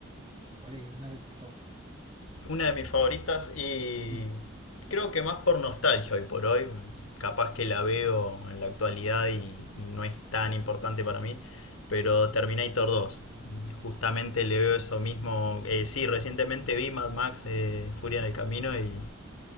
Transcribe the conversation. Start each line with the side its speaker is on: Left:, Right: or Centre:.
Right: ¿Cuál es una de tus favoritas?
Left: Una de mis favoritas y
Right: Mm.
Left: creo que más por nostalgia hoy por hoy, capaz que la veo en la actualidad y, y no es tan importante para mí, pero Terminator 2. Justamente le veo eso mismo. Eh, sí, recientemente vi Mad Max eh, Furia en el Camino y,